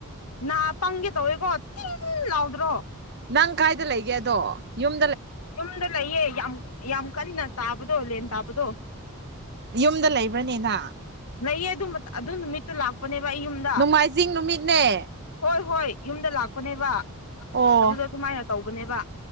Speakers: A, on the left; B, on the right.
A: ꯅꯥ ꯄꯪꯒꯦ ꯇꯧꯋꯦꯀꯣ ꯇꯤꯟ ꯂꯥꯎꯗ꯭ꯔꯣ
B: ꯅꯪ ꯀꯥꯏꯗ ꯂꯩꯒꯦ ꯑꯗꯣ ꯌꯨꯝ
A: ꯌꯨꯝꯗ ꯂꯩꯌꯦ ꯌꯥꯝ ꯌꯥꯝ ꯀꯟꯅ ꯇꯥꯕꯗꯣ ꯂꯦꯟ ꯇꯥꯕꯗꯣ
B: ꯌꯨꯝꯗ ꯂꯩꯕ꯭ꯔꯅꯤꯅ
A: ꯂꯩꯌꯦ ꯑꯗꯨ ꯅꯨꯃꯤꯠꯇꯨ ꯂꯥꯛꯄꯅꯦꯕ ꯑꯩ ꯌꯨꯝꯗ
B: ꯅꯣꯡꯃꯥꯏꯖꯤꯡ ꯅꯨꯃꯤꯠꯅꯦ
A: ꯍꯣꯏ ꯍꯣꯏ ꯌꯨꯝꯗ ꯂꯥꯛꯄꯅꯦꯕ
B: ꯑꯣ
A: ꯑꯗꯨꯗ ꯁꯃꯥꯏꯅ ꯇꯧꯕꯅꯦꯕ